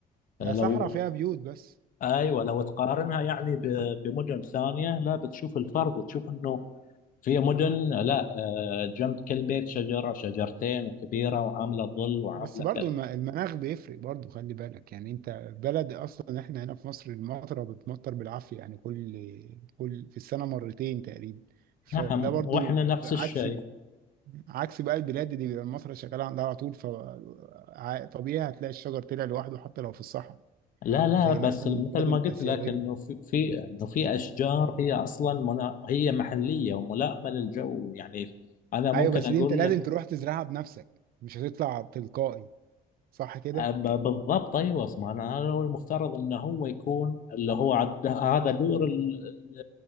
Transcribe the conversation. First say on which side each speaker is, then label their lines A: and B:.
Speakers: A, on the left (about 55°); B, on the right (about 60°).
A: لو
B: يا صحراء فيها بيوت بس
A: ايوه لو تقارنها يعني ب- بمدن ثانيه لا بتشوف الفرق وتشوف انه في مدن لا آه، جنب كل بيت شجره شجرتين وكبيره وعامله ظل وعامله
B: بس برضو
A: كذا
B: الم- المناخ بيفرق برضو خلي بالك يعني انت بلد اصلا احنا هنا في مصر المطره بتمطر بالعافيه يعني كل كل في السنه مرتين تقريبا فده
A: نعم
B: برضو
A: واحنا نفس
B: عكس
A: الشيء
B: عكس بقى البلاد دي بيبقى المصري شغال عندها على طول فطبيعي هتلاقي الشجر طلع لوحده حتى لو في الصحراء
A: لا لا
B: زي
A: بس
B: مثلا
A: مثل
B: البلاد
A: ما
B: الآسيوية
A: قلت لك انه في في انه في اشجار هي اصلا منا هي محليه وملائمه للجو يعني انا ممكن
B: أيوة بس
A: اقول
B: دي أنت لازم
A: لك
B: تروح تزرعها بنفسك مش هتطلع تلقائي صح كده؟
A: أب- بالضبط ايوه اسمع انا هذا هو المفترض انه هو يكون اللي هو عد هذا دور ال- ال-